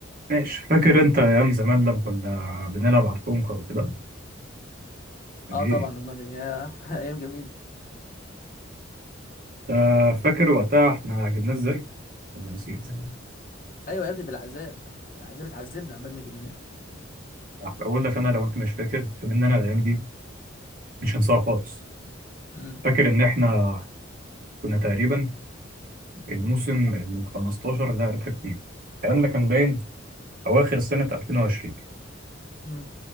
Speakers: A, on the right; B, on the left.
A: ماشي فاكر انت ايام زمان لما كنا بنلعب على الكونكر وكده؟ يعني
B: اه
A: ايه؟
B: طبعا امال إيه؟ يا <laughs> ايام جميله
A: آه فاكر وقتها احنا جبناه ازاي؟ ولا نسيت؟
B: ايوه يا ابني بالعذاب بالعذاب اتعذبنا عبال ما جبناه
A: اقول لك انا لو انت مش فاكر ان انا الايام دي مش هنساها خالص
B: امم
A: فاكر ان احنا كنا تقريبا الموسم ال 15 اللي أنا عرفتك فيه الكلام ده كان باين اواخر سنة 2020
B: امم